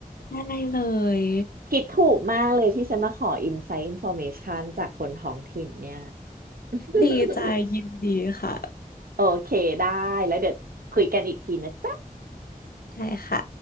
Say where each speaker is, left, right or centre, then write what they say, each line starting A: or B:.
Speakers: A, on the left; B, on the right.
A: ได้เลย
B: คิดถูกมากเลยที่ฉันมาขออินไซต์อินฟ r m a เมชันจากคนท้องถิ่นเนี่ย <laughs>
A: ดีใจยินดีค่ะ
B: โอเคได้แล้วเดี๋ยวคุยกันอีกทีนะจ๊ะ
A: ใช่ค่ะ